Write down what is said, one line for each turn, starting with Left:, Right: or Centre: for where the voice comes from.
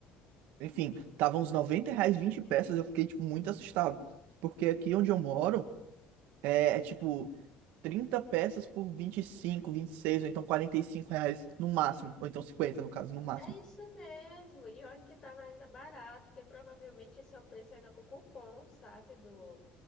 Right: Enfim, tava uns 90 reais 20 peças, eu fiquei, tipo, muito assustado. Porque aqui onde eu moro é, é, tipo 30 peças por vinte vinte e cinco, vinte e seis ou então 45 reais no máximo. Ou então cinquenta no caso, no máximo.
Left: É isso mesmo. E olha que estava ainda barato, porque provavelmente esse é o preço ainda com cupom, sabe? Do